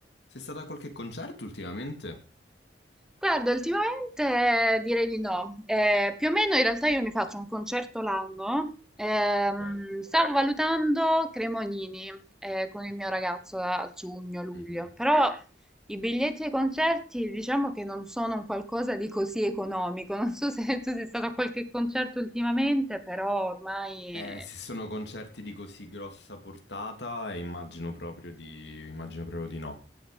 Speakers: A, on the left; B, in the centre.
A: Sei stata a qualche concerto ultimamente?
B: Guarda, ultimamente eh, direi di no. Eh, più o meno in realtà io mi faccio un concerto l'anno. Ehm,
A: Ok.
B: stavo valutando Cremonini eh, con il mio ragazzo a giugno-luglio,
A: Mhm.
B: però i biglietti ai concerti diciamo che non sono un qualcosa di così economico. Non so se tu sei stato a qualche concerto ultimamente, però ormai...
A: Eh, se sono concerti di così grossa portata, eh, immagino proprio di... immagino proprio di no.